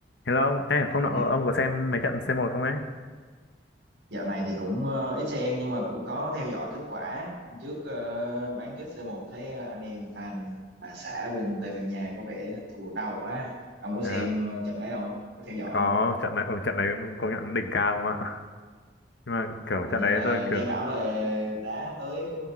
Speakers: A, on the left; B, on the right.
A: Hello, ông. ê, hôm nọ
B: Dạ-
A: ông có xem mấy trận C1 không ấy?
B: Dạo này thì cũng ờ, ít xem nhưng mà cũng có theo dõi kết quả. Hôm trước ờ, bán kết C1 thấy ờ, anh em fan bà xã bên Tây Ban Nha có vẻ thua đầu quá. Ông có
A: Ờ,
B: xem ờ, trận đấy không? Có theo dõi
A: có
B: không?
A: trận này, ừ, trận này công nhận đỉnh cao không ạ? <laughs> Nhưng mà kiểu
B: Hình
A: trận
B: như
A: đấy
B: là
A: tôi
B: nghe
A: kiểu,
B: bảo là đá tới